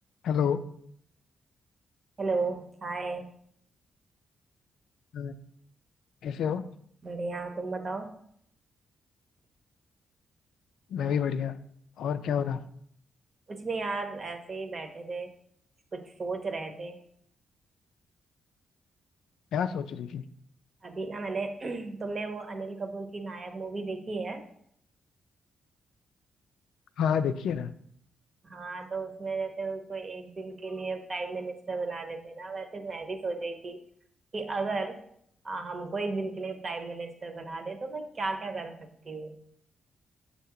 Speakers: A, on the left (about 85°); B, on the right (about 35°).
A: Hello
B: हेलो हाय
A: अ, कैसे हो
B: बढ़िया तुम बताओ
A: मैं भी बढ़िया और क्या हो रहा
B: कुछ नहीं यार ऐसे ही बैठे थे कुछ सोच रहे थे
A: क्या सोच रही थी
B: अभी ना मैंने <clears throat> तुमने वो अनिल कपूर की नायक मूवी देखी है
A: हाँ देखिए ना
B: हाँ तो उसमें जैसे उसको एक दिन के लिए प्राइम मिनिस्टर बना देते हैं ना वैसे मैं भी सोच रही थी कि अगर आ, हमको एक दिन के लिए प्राइम मिनिस्टर बना दे तो मैं क्या क्या कर सकती हूँ